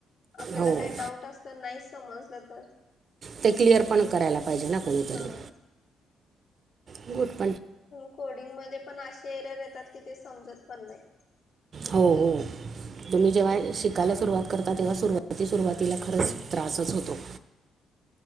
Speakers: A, on the left (about 80°); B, on the right (about 50°).
A: आपल्याला
B: हो
A: काय डाऊट असलं नाही समजलं तर
B: ते क्लिअर पण करायला पाहिजे ना कोणीतरी
A: हा
B: ब
A: कोडिंग मध्ये पण असे एरर येतात की ते समजत पण नाही
B: हो हो तुम्ही जेव्हा शिकायला सुरुवात करता तेव्हा सुरुवाती सुरुवातीला खरंच त्रासच होतो